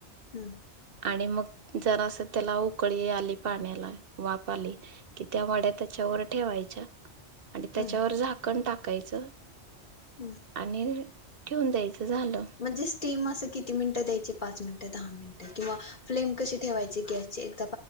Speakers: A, on the left; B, on the right.
A: हम्म.
B: आणि मग जरास त्याला उकळी आली पाण्याला वाफ आली. त्या वाड्या त्याच्यावर ठेवायच्या आणि त्याच्यावर
A: हम्म
B: झाकण टाकायचं.
A: हम्.
B: आणि ठेवून द्या यचं झालं.
A: म्हणजे स्टीम असं किती मिनिटं द्यायची, पाच मिनिटं दहा मिनिटं, किंवा फ्लेम कशी ठेवायचे गॅसची एक